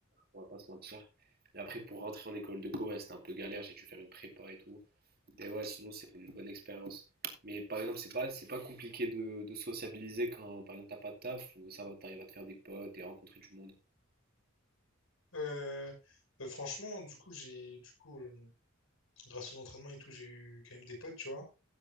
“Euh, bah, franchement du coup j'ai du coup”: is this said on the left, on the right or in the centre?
Left